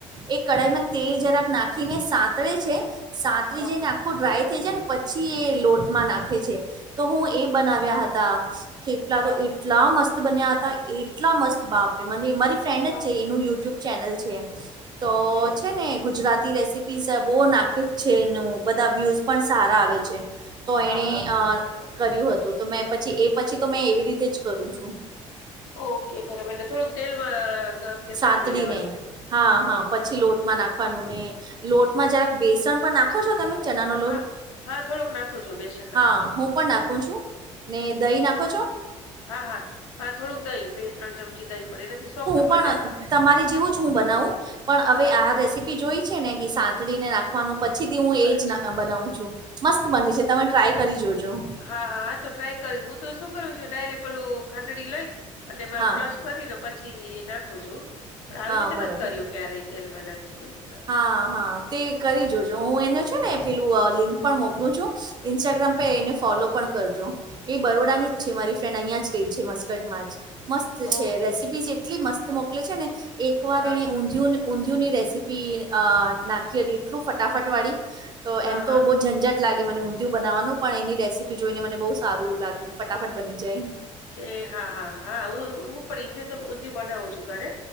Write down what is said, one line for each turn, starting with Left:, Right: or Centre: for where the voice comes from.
Right: એ કઢાઈમાં તેલ જરાક નાખીને સાતળે છે સાતરી
Left: હા
Right: જે નખ આખું ડ્રાય થઈ જાય ને પછી એ લોટમાં નાખે છે તો હું એ બનાવ્યા હતા થેપલા
Left: હા
Right: તો એટલા મસ્ત બન્યા હતા એટલા મસ્ત બાપરે મને મારી ફ્રેન્ડ જ
Left: હા
Right: છે એનું યુટ્યુબ ચેનલ છે તો
Left: ઓકે
Right: છે ને ગુજરાતી રેસી પીશ બહુ નાખે જ છે એનું બધા વ્યુઝ પણ સારા આવે છે. તો એણે
Left: હા હા
Right: અ કર્યું હતું તો મે પછી એ પછી તો મે એવી રીતે જ કરું છું.
Left: ઓકે બરાબર એટલે થોડુંક તેલમાં કે
Right: સાંતડીને
Left: સાતડી લેવાનું
Right: હા હા
Left: ઓ
Right: પછી લોટમાં નાખવાનું ને લોટમાં
Left: હા
Right: જરા બેસણ પણ નાખો છો તમે? ચના નો લોટ
Left: હા હા થોડુંક નાખું છું બેસન નાખું
Right: હા
Left: છું
Right: હું પણ નાખું છું. ને દહી નાખો છો?
Left: હા હા હા થોડુંક દહીં બે ત્રણ ચમચી દહીં પડે એ ના થી સોફ્ટ
Right: તમારે
Left: બને
Right: જેવું જ હું બનાવું પણ હવે
Left: હા
Right: આ રેસીપી જોઈ છે ને કે સાંતળીને નાખ વાનું પછીથી હું એ
Left: અચ્છા
Right: જ બનાવું છું મસ્ત બને છે તમે ટ્રાય કરી જોજો
Left: હા હા તો ટ્રાય કરીશ હું તો શું કરું છું ડાયરેક્ટ ઓલું ખાંડડી લઈ અને એમાં
Right: હા
Left: ક્રશ કરીને પછી નાખું છું પણ આવી
Right: હા
Left: રીતે ન
Right: બરાબર
Left: કર્યું ક્યારે તેલમાં નાખીને હા
Right: હા હા તે કરી જોજો હું એને છે ને પેલું લિંક પણ મોકલું છું. ઇન્સ્ટાગ્રામ
Left: હા
Right: પે એને ફોલો પણ કરજો એ બરોડાની
Left: હા
Right: જ છે મારી ફ્રેન્ડ અહીં જ રહી છે મસ્કટમાં જ મસ્ત
Left: ઓહ
Right: છે રેસીપીઝ એટલી મસ્ત મોકલે છે ને એકવાર
Left: હા
Right: એણે ઊંધિયું ન ઊંધિયુંની રેસી નાખી હતી એટલું ફટાફટ વાળી તો
Left: હા
Right: એમ
Left: હા
Right: તો બહુ ઝંઝટ લાગે મને ઊંધિયું બનાવવાનું પણ એની રેસીપી જોઈને મને બહુ સારું લાગ્યું ફટાફટ બની જાય
Left: કે હા હા હા પણ તો ઊંધિયું બનાઉ છું ઘરે